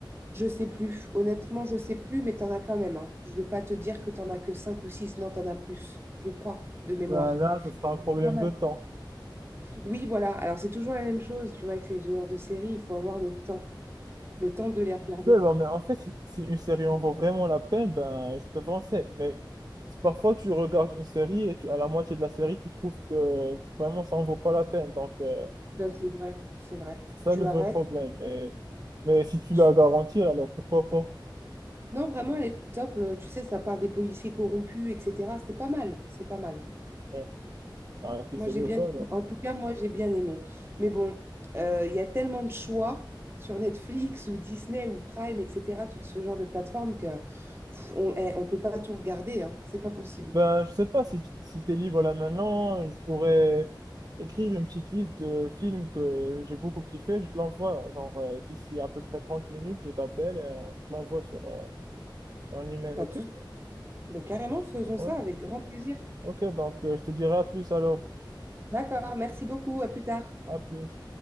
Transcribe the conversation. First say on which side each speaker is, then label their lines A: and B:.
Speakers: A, on the right; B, on the right.
A: Je sais plus. Honnêtement, je sais plus, mais t'en as quand même. hein. Je vais pas te dire que t'en as que 5 ou 6. Non, t'en as plus, je crois, de mémoire.
B: Ben là, ça sera un
A: C'est
B: problème
A: pas mal.
B: de temps.
A: Oui, voilà. Alors, c'est toujours la même chose, tu vois, avec ce genre de série, il faut avoir le temps, le temps de les regarder.
B: Ouais, bah, mais en fait, si, si une série en vaut vraiment la peine, ben, je peux penser. Mais si parfois, tu regardes une série et tu, à la moitié de la série, tu trouves que vraiment, ça en vaut pas la peine. Donc, euh,
A: Ben, c'est vrai, c'est vrai.
B: c'est ça
A: Tu
B: le vrai
A: arrêtes.
B: problème. Et- mais si tu
A: tu-
B: l'as garanti, alors pourquoi pas?
A: Non, vraiment, elle est top. Euh, tu sais, ça part des policiers corrompus, etc. C'est pas mal, c'est pas mal.
B: Ouais. Ben, si
A: Moi,
B: c'est
A: j'ai
B: le
A: bien,
B: cas, alors.
A: en tout cas, moi, j'ai bien aimé. Mais bon, euh, il y a tellement de choix sur Netflix ou Disney ou Prime, etc., tout ce genre de plateforme que pff, on, eh, on peut pas tout regarder, hein. C'est pas possible.
B: Ben, je sais pas si, si tu es libre là maintenant, je pourrais écrire une petite liste de films que j'ai beaucoup kiffé. Je te l'envoie, genre, euh, d'ici à peu près 30 minutes, je t'appelle et euh, je te l'envoie sur euh, un email,
A: Pas
B: ok?
A: de souci. Mais carrément, faisons
B: Ouais.
A: ça avec grand plaisir.
B: Ok, donc euh, je te dirai à plus alors.
A: D'accord, merci beaucoup. À plus tard.
B: À plus.